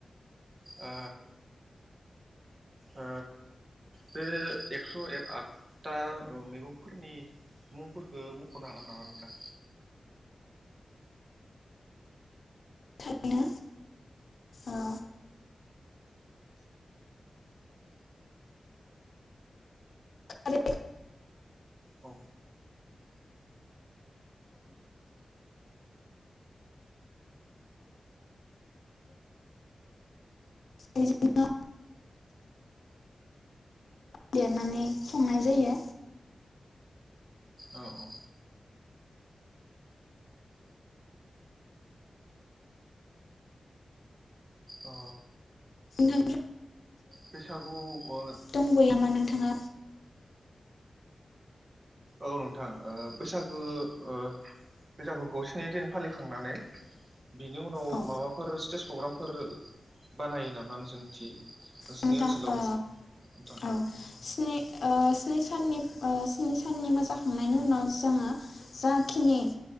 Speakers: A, on the right (about 40°); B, on the left (about 70°).
A: ओ ओ बे एक्स' ए आदथा मैगंफोरनि मुंफोरखौ मख'नो हागोन नामा नोंथां
B: थारैनो ओ थारै
A: औ
B: बिदिनो देरनानै संनाय जायो।
A: औ औ औ
B: नों
A: बैसागु ओ
B: दंबोयो नामा नोंथाङा
A: औ नोंथां ओ बैसागु ओ बैसागुखौ स्नि दिन फालिखांनानै बिनि उनाव
B: औ
A: माबाफोर स्टेज प्रग्रामफोर बानायो नामा नोंसोरनिथि? नोंसिनि
B: नोंथां
A: ओनसोलाव
B: ओ
A: नोंथां?
B: औ स्नि ओ स्निसाननि ओ स्नि साननि मोसाखांनायनि उनाव जोङो जाखिनि